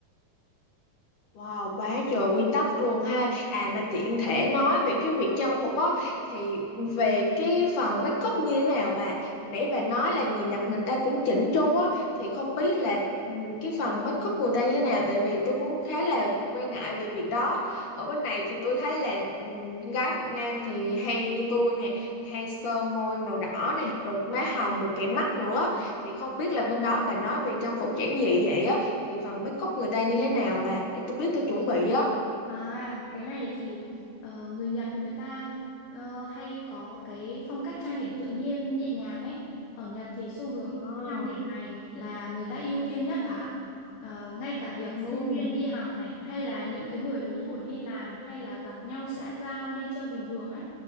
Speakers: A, on the left; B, on the left.
A: Wow, quá trời quy tắc luôn ha. À mà tiện thể nói về cái việc trang phục á thì về cái phần make up như thế nào bà? Hồi nãy bà nói là người Nhật người ta cũng chỉnh chu á thì không biết là ừm, cái phần make up của người ta như thế nào tại vì tôi cũng khá là quan ngại về việc đó. Ở bên này thì tôi thấy là ừm, gái Việt Nam thì hay như tôi nè, thì hay sơ môi màu đỏ nè, rồi má hồng rồi kẻ mắt nữa. Thì không biết là bên đó bà nói về trang phục giản dị vậy á thì phần make up người ta như thế nào bà để tôi biết tôi chuẩn bị á
B: À, cái này thì ờ, người Nhật người ta ờ, hay có cái phong cách trang điểm tự nhiên nhẹ nhàng ấy. Ở Nhật thì xu hướng
A: à,
B: trang điểm này là người ta ưu tiên nhất bà. ạ. Ờ, ngay cả việc
A: ừ,
B: sinh viên đi học này hay là những cái người lớn tuổi đi làm hay là gặp nhau xã giao đi chơi bình thường ấy